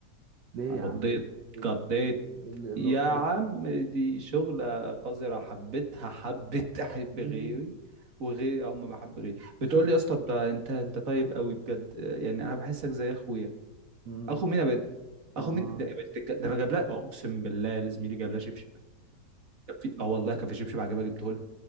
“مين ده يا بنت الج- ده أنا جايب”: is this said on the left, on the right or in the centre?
Right